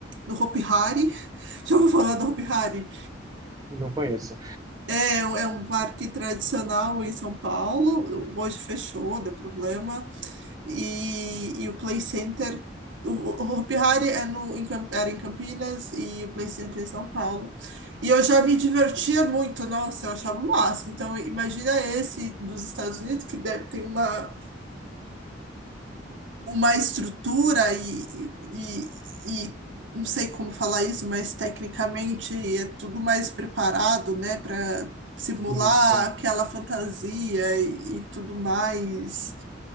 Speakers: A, on the right; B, on the right.
A: no Hopi Hari. <laughs> Já vou falar do Hopi Hari.
B: Não conheço.
A: É, é um parque tradicional em São Paulo, hoje fechou, deu problema, E, e o Play Center, o, o Hopi Hari é no, em Cam- era em Campinas e o Play Center é em São Paulo. E eu já me divertia muito, nossa, eu achava o máximo. Então, imagina esse dos Estados Unidos, que deve, tem uma, uma estrutura e, e, e não sei como falar isso, mas tecnicamente é tudo mais preparado, né, para simular
B: Isso,
A: aquela fantasia e, e tudo mais.